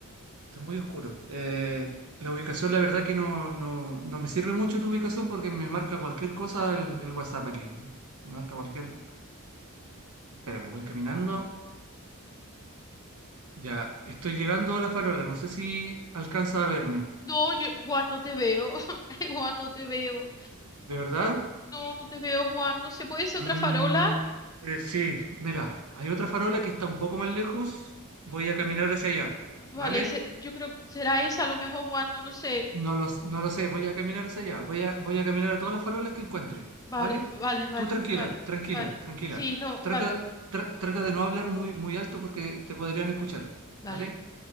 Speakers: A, on the right (about 85°); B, on the left (about 15°).
A: Está muy oscuro. Eh, la ubicación, la verdad que no, no, no me sirve mucho tu ubicación porque me marca cualquier cosa el, el WhatsApp aquí. Me marca cualquier... Espera, me voy caminando. Ya, estoy llegando a la farola. No sé si alcanza a verme.
B: No, yo, Juan, no te veo. <laughs> Ay, Juan, no te veo.
A: ¿De verdad?
B: No, no te veo, Juan. No sé, ¿puede ser
A: Mm,
B: otra farola?
A: eh, sí, mira, hay otra farola que está un poco más lejos. Voy a caminar hacia allá.
B: Vale,
A: ¿Vale?
B: se- yo creo que será esa, a lo mejor, Juan, no lo sé.
A: No lo, s- no lo sé, voy a caminar hacia allá, voy a, voy a caminar a todas las farolas que encuentre,
B: Vale,
A: ¿vale?
B: vale, vale,
A: Tú tranquila,
B: vale,
A: tranquila,
B: vale.
A: tranquila.
B: Sí, no,
A: Trata,
B: vale.
A: tra- trata de no hablar muy, muy alto porque te podrían escuchar,
B: Vale.
A: ¿vale?